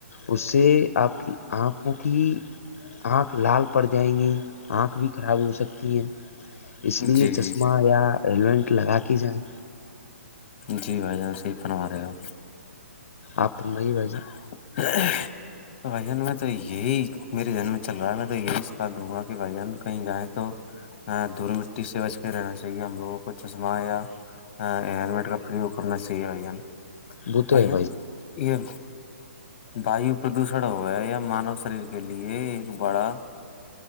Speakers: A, on the left; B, on the left.
A: اس سے آپ کی آنکھوں کی آنکھ لال پڑ جائیں گی آنکھ بھی خراب ہو سکتی اس لیے
B: جی جی
A: چشمہ یا ہیلمٹ لگا کے جائیں
B: جی بھائی جان صحیح فرمارہے ہو
A: آپ فرمائیں بھائی جان
B: ا <unintelligible> تو بھائی جان میں تو یہی میرے جنم میں چل رہا ہے میں تو یہی سکھا دوں گا کہ بھائی جان کہیں جائیں تو دھول مٹی سے بچ کے رہنا چاہیے ہم لوگوں کو چشمہ یا ہیلمیٹ کا پریوک کرنا چاہئے بھائی جان
A: وہ تو
B: بھائی
A: ہے
B: جان یہ وایو پردوشن ہو ہے یہ مانو شریر کے لیے ایک بڑا